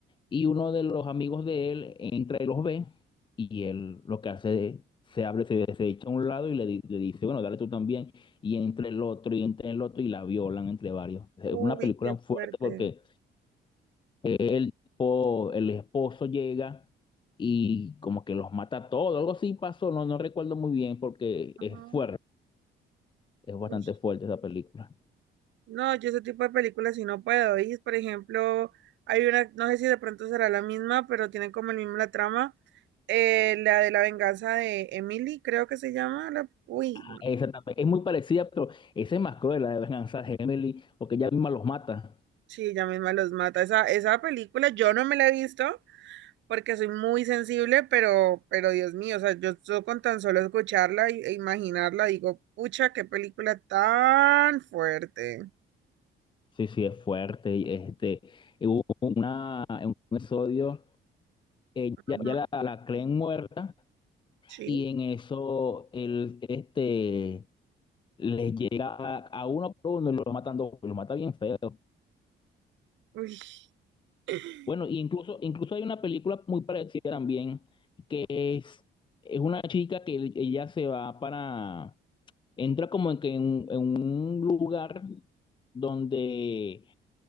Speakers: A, on the left; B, on the right.
A: y uno de los amigos de él entra y los ve y él lo que hace es, se abre, se, se echa a un lado y le, di- le dice, bueno, dale tú también, y entre el otro y entre el otro y la violan entre varios. Es
B: Uy,
A: una película
B: qué
A: fuerte
B: fuerte.
A: porque el, tipo- el esposo llega y como que los mata a todos, algo así pasó, no, no recuerdo muy bien porque
B: Ajá.
A: es fuerte. Es bastante
B: Uy.
A: fuerte esa película.
B: No, yo ese tipo de películas si no puedo ir. Por ejemplo, hay una, no sé si de pronto será la misma, pero tienen como el mismo la trama. eh, la de la venganza de Emily, creo que se llama. la- uy,
A: Ah,
B: no,
A: Esa también es muy parecida, pero esa es más cruel, la de Venganza de Emily, porque ella misma los mata.
B: sí, ella misma los mata. Esa, esa película yo no me la he visto porque soy muy sensible, pero, pero Dios mío, o sea, yo so- con tan solo escucharla y- e imaginarla, digo, pucha, qué película tan fuerte.
A: Sí, sí, es fuerte. y, Este, hubo un episodio, eh,
B: Ujú,
A: ya, ya la, la creen muerta
B: Sí.
A: y en eso el, este, les llega a, a uno por uno y lo matando, lo mata bien feo.
B: Uy. <clears throat>
A: Bueno, y incluso, incluso hay una película muy parecida también. Es, es una chica que ella se va para, entra como en, que en, en un lugar donde